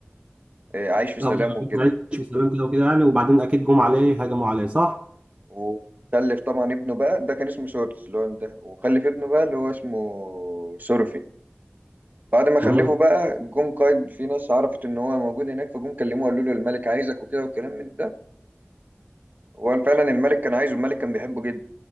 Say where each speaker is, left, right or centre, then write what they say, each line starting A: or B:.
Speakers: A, on the right (about 40°); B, on the right (about 25°).
A: آه، عايش في سلام
B: افضل
A: وكده
B: أكل عيش وسلام كده وكده يعني وبعدين اكيد جم عليه هجموا عليه صح؟
A: وخلف طبعا ابنه بقى ده كان اسمه سورس اللي هو ده وخلف ابنه بقى اللي هو اسمه سورفي بعد ما خلفه
B: امم
A: بقى جم قايد في ناس عرفت إن هو موجود هناك فجم كلموه قالوا له الملك عايزك وكده والكلام من ده هو فعلا الملك كان عايزه الملك كان بيحبه جدا